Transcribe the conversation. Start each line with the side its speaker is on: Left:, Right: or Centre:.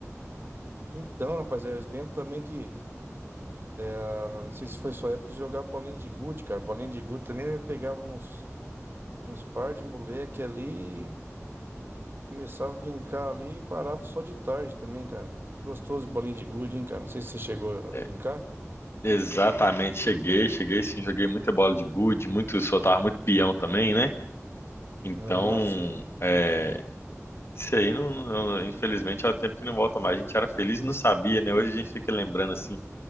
Right: Então, rapaz, eu lembro também que, ah, não sei se foi sua época de jogar bolinha de gude, cara. Bolinha de gude também eu pegava nos, nos par de moleque ali, começava a brincar ali e parava só de tarde também, cara. Gostoso bolinha de gude, hein, cara. Não sei se você chegou
Left: É,
Right: a brincar.
Left: Exatamente, cheguei, cheguei sim, joguei muita bola de gude, muito, soltava muito peão também, né? Então,
Right: Ah, sim.
Left: é, Isso aí, não, não- infelizmente, é o tempo que não volta mais. A gente era feliz e não sabia, né? Hoje a gente fica lembrando, assim,